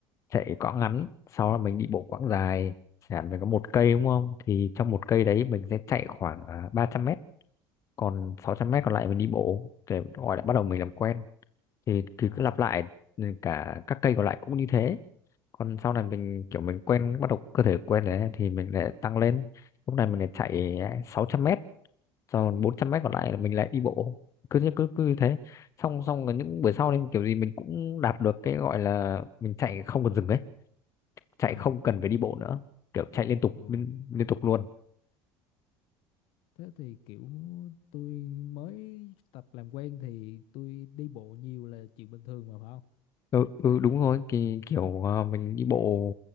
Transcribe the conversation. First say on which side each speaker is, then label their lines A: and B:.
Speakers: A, on the left (about 35°); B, on the left (about 65°).
A: chạy quãng ngắn sau đó mình đi bộ quãng dài chẳng hạn mình có một cây đúng không thì trong một cây đấy mình sẽ chạy khoảng à, ba trăm mét còn 600 mét còn lại mình đi bộ để gọi là bắt đầu mình làm quen thì thì
B: à
A: cứ lặp lại ừ, cả các cây còn lại cũng như thế còn sau này mình kiểu mình quen bắt đầu cơ thể quen đấy thì mình lại tăng lên lúc này mình lại chạy
B: à
A: à, sáu trăm mét còn 400 mét còn lại là mình lại đi bộ cứ thế cứ cứ như thế xong xong là những buổi sau thì kiểu gì mình cũng đạt được cái gọi là mình chạy không cần dừng ấy chạy
B: à
A: không cần phải đi bộ nữa kiểu chạy liên tục
B: ờ.
A: liên, liên tục luôn
B: thế thì kiểu tôi mới tập làm quen thì tôi đi bộ nhiều là chuyện bình thường mà phải không
A: ừ, ừ đúng rồi thì kiểu à, mình đi bộ